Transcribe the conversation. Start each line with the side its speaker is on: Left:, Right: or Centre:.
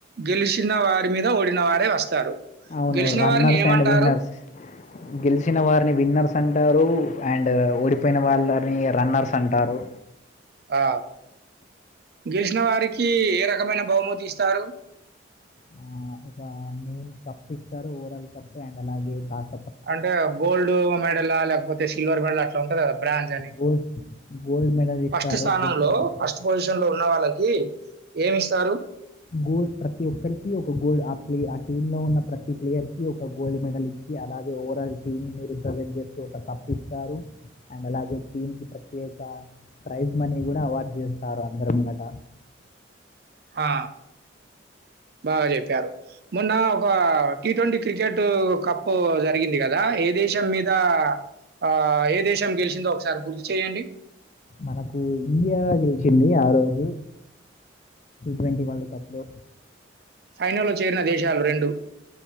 Right: గెలిచిన వారి మీద ఓడిన వారే వస్తారు
Left: అవును
Right: గెలిచిన
Left: రన్నర్స్
Right: వారిని ఏమంటారు?
Left: అండ్ విన్నర్స్ గెలిచిన వారిని విన్నర్స్ అంటారు అండ్ ఓడిపోయిన వాళ్ళని రన్నర్స్ అంటారు
Right: ఆ గెలిచిన వారికి ఏ రకమైన బహుమతి ఇస్తారు
Left: ఆ ఒక మెయిన్ కప్ ఇస్తారు ఓరల్ కప్పు అండ్ అలాగే కాస్
Right: అంటే గోల్డ్ మెడలా లేకపోతే సిల్వర్ మెడల్ అట్లా ఉంటంది కదా బ్రాంజ్ అని
Left: గోల్డ్ గోల్డ్ మెడల్ ఇస్తారు
Right: ఫస్ట్ స్థానంలో
Left: గెలిచిన వారికి
Right: ఫస్ట్ పొజిషన్ లో ఉన్న వాళ్ళకి ఏమ్ ఇస్తారు
Left: గోల్డ్ ప్రతి ఒక్కరికి ఒక గోల్డ్ ఆ ప్లే ఆ టీమ్ లో ఉన్న ప్రతి ప్లేయర్కి ఒక గోల్డ్ మెడల్ ఇచ్చి అలాగే ఓరాల్ టీమ్ నీ రిప్రజెంట్ చేస్తూ ఒక కప్ ఇస్తారు అండ్ అలాగే టీంకి ప్రత్యేక ప్రైజ్ మనీ కూడా అవార్డు చేస్తారు అందర్ ముంగట
Right: హా బాగా చెప్పారు మొన్న ఒక టీ ట్వంటీ క్రికెట్ కప్పు జరిగింది కదా ఏ దేశం మీద ఆ ఏ దేశం గెలిచిందో ఒకసారి గుర్తు చెయండి
Left: మనకు ఇండియా గెలిచింది ఆ రోజు టీ ట్వంటీ వరల్డ్ కప్ లో
Right: ఫైనల్లో చేరిన దేశాలు రెండు